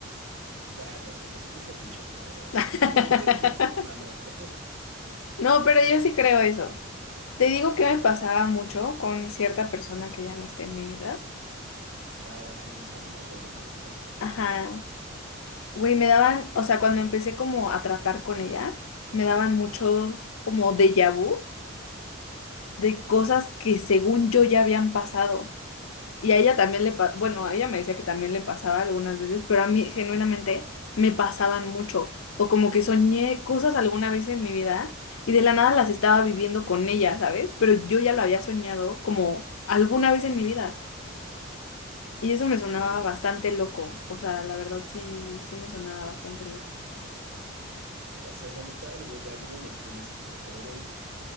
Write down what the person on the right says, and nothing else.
bueno, o sea, no sé tus fetiches, la verdad.
<laughs> Yo estoy hablando en plan humano, ¿eh?
<laughs> Ah, sí, con la Voldemort, ¿no?
Ajá,
ajá,
ok.
O sea, y la neta, digo, ya yéndonos full esquizo, pero güey,